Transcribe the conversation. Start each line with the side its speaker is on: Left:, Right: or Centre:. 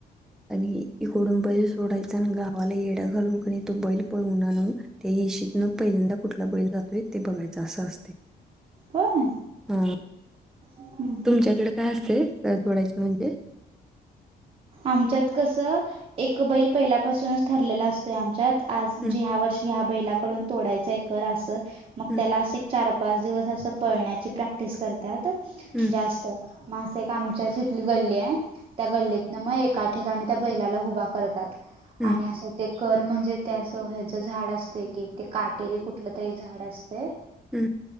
Centre: आणि इकडून ब. थोडाण गावाला येडा घालून क तो बैल पय उन्हाळून ते इश. न पहिल्यांदा कुठला बैल जातोय ते बघायच असं असते.
Right: होय
Centre: हा
Right: हम्म हम्म
Centre: तुमच्याकडे काय असतेल तोडचे म्हणजे.
Right: आमच्यात कसं एक बैल पहिल्यापासूनच ठरलेलं असतोय आमच्यात आज म्हणजे
Centre: हम्म,
Right: ह्या वर्षी. ह्या बैलाकडून तोडायचय कर अस मग
Centre: हम्म,
Right: त्याला अस चार पाच दिवस अस पळण्याची प्रक्ट क् करतात
Centre: हम्म,
Right: जास्त म एक आमच्याच इथली गल्ली आहे त्या गल्लीत एका ठिकाणी त्या बैलाला हभ करतात
Centre: हं,
Right: आणि ते कर म्हणजे त्या असं ह ज झाड असते की ते काटेरी कुठलं तरी झाड असते.
Centre: हम्म